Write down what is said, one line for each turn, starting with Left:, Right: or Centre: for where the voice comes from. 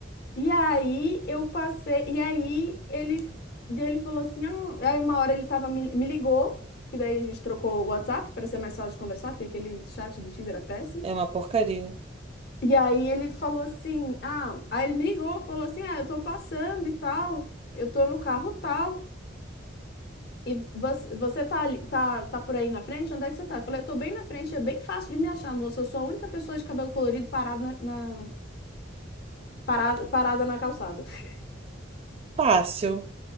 Left: E aí eu passei, e aí ele, e ele falou assim, ah, aí uma hora ele tava, me, me ligou, e daí a gente trocou o WhatsApp para ser mais fácil de conversar, porque aquele chat do Tinder é péssimo.
Right: É uma porcaria.
Left: E aí ele falou assim, ah, aí ele me ligou, falou assim, ah, eu tô passando e tal, eu tô no carro tal, e você, você tá, ali- tá, tá por aí na frente? Onde é que você tá? Eu falei, eu tô bem na frente, é bem fácil de me achar, moço, eu sou a única pessoa de cabelo colorido parada na, na- parada, parada na calçada. <laughs>
Right: Fácil.